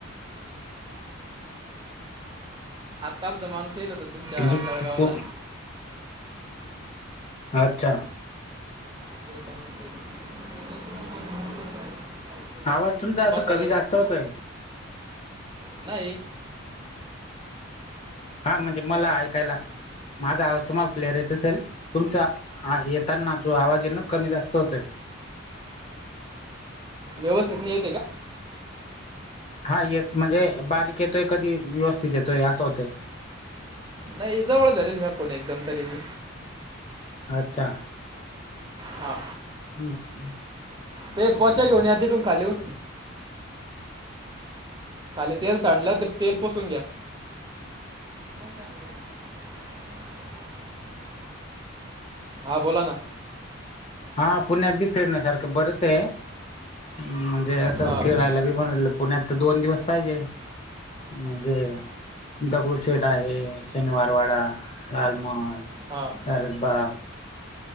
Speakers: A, on the right; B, on the left.
A: आता आमचा माणूस येईल होता तुमच्या
B: म्हणजे
A: जळगावला.
B: पु पु अच्छा.
A: <unintelligible>
B: आवाज तुमचा
A: मसाले
B: असं कमी जास्त होतोय.
A: नाही.
B: हा म्हणजे मला ऐकायला. माझा आवाज तुम्हाला क्लिअर येत असेल? तुमचा हा येताना जो आवाज आहे ना कमी जास्त होतोय.
A: व्यवस्थित नाही येत आहे का?
B: हा येत म्हणजे बारीक येतोय कधी, व्यवस्थित येतोय असं होतय.
A: नाही जवळ धरेल हा फोन एकदम तरी बी.
B: अच्छा.
A: हा.
B: हम् <unintelligible>
A: ते पोचा घेऊन या तिकडुन खालीहुन. खाली तेल सांडलं तर तेल पुसून घ्या. <unintelligible> हा बोला ना.
B: हा पुण्यात बी फिरण्यासारखं बरंच आहे म्हणजे असं
A: हां
B: फिरायला बी <unintelligible> पुण्यात तर दोन दिवस पाहिजे. म्हणजे दगडूशेठ आहे, शनिवारवाडा, लाल महल.
A: हां.
B: सारसबाग